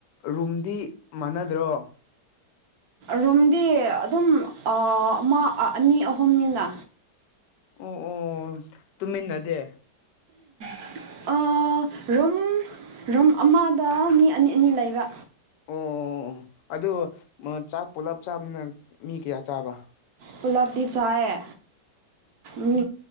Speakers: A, on the left; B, on the right.
A: ꯔꯨꯝꯗꯤ ꯃꯥꯟꯅꯗ꯭ꯔꯣ
B: ꯔꯨꯝꯗꯤ ꯑꯗꯨꯝ ꯑꯥ ꯑꯃ ꯑꯅꯤ ꯑꯍꯨꯝꯅꯤꯅ
A: ꯑꯣ ꯑꯣ ꯇꯨꯝꯃꯤꯟꯅꯗꯦ
B: <unintelligible> ꯑꯥ ꯔꯨꯝ ꯔꯨꯝ ꯑꯃꯗ ꯃꯤ ꯑꯅꯤ ꯑꯅꯤ ꯂꯩꯕ
A: ꯑꯣ ꯑꯗꯣ ꯃꯥ ꯆꯥꯛ ꯄꯨꯜꯂꯞ ꯆꯥꯕꯅ ꯃꯤ ꯀꯌꯥ ꯆꯥꯕ
B: ꯄꯨꯜꯂꯞꯗꯤ ꯆꯥꯏꯌꯦ ꯃꯤ